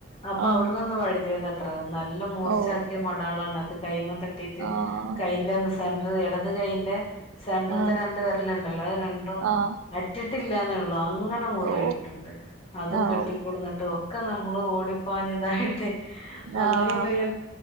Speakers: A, on the left; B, on the right.
A: അപ്പൊ
B: ആഹ്
A: അവിട്ന്നൊന്ന് വഴുതിയതത്ര നല്ല മൂർച്ച
B: ഓ
A: ആക്കിയ മടാൾ ആണത് അത് കയ്യിമ്മ തട്ടിട്ട്
B: ആഹ്
A: കയ്യിൻ്റെ സെൻറർ ഇടത് കൈയ്യിന്റെ സെൻട്രത്തെ
B: ആഹ്
A: രണ്ട് വിരല്ണ്ടല്ലോ അത് രണ്ടും
B: ആഹ്
A: അറ്റിട്ടില്ലന്നേള്ളൂ അങ്ങനെ മുറിയായിട്ടുണ്ട്
B: ഓ
A: അതും
B: ആഹ്
A: കെട്ടിക്കൊടുന്നിട്ട് ഒക്കെ നമ് ഓടിപ്പാഞ്ഞതായിട്ട് അങ്ങനേം
B: ആഹ്
A: വയ്യാ